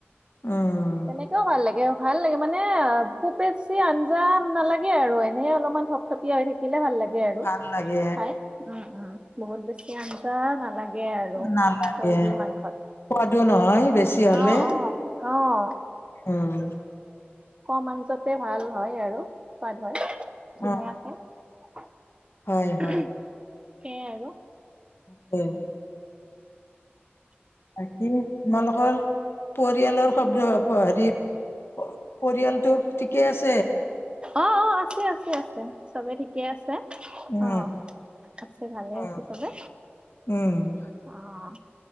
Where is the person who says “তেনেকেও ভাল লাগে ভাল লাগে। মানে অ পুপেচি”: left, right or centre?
Right